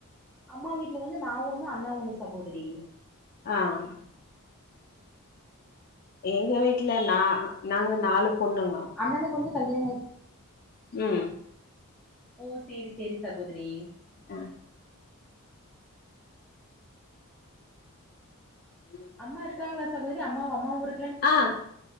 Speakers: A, in the centre; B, on the left.
A: அம்மா வீட்ல வந்து நா ஒண்ணு அண்ணா ஒண்ணு சகோதரி
B: ஆஹ் எங்க வீட்ல நா நாங்க நாலு பொண்ணுங்க
A: அண்ணனுக்கு வந்து கல்யாண ஆயிச்
B: உம்
A: ஓ சேரி சேரி சகோதிரி
B: அஹ் ரி
A: அம்மா இருக்காங்களா சகோதிரி அம்மாவு அம்மா ஊருக்
B: ஆஹ்